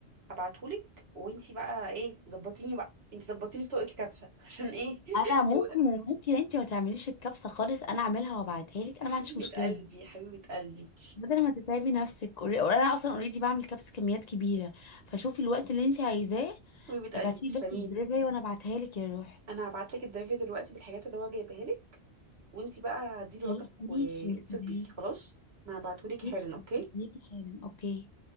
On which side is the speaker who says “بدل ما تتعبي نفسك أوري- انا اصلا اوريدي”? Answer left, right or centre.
Left